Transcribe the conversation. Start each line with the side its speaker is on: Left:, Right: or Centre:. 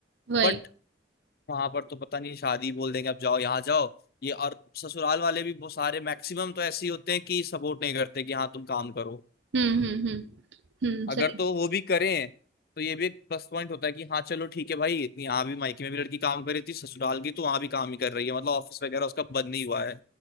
Right: वही
Left: बट वहां पर तो पता नहीं शादी बोल देंगे अब जाओ यहाँ जाओ ये और ससुराल वाले भी बहुत सारे मैक्सिमम तो ऐसे ही होते हैं कि सपोर्ट नहीं करते कि हाँ तुम काम करो
Right: हम्म हम्म हम्म हम्म
Left: अगर
Right: सही
Left: तो वो भी करें तो ये भी एक प्लस पॉइंट होता है कि हाँ चलो ठीक है भाई इतनी- यहाँ भी मायके में भी लड़की काम कर रही थी ससुराल की तो वहां भी काम ही कर रही है मतलब ऑफिस वगैरह उसका बंद नहीं हुआ है